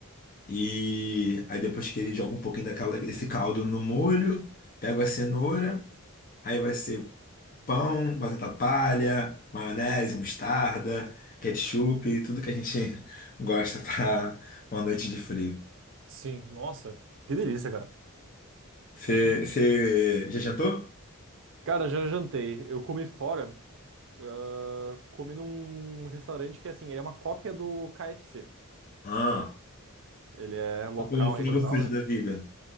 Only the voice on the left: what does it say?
E aí depois que ele joga um pouquinho daquela, desse caldo no molho, pego a cenoura, aí vai ser pão, batata palha, maionese, mostarda, ketchup, tudo que a gente <laughs> gosta pra uma noite de frio.
Você já jantou?
Ah,
com um frango
frito
da vida.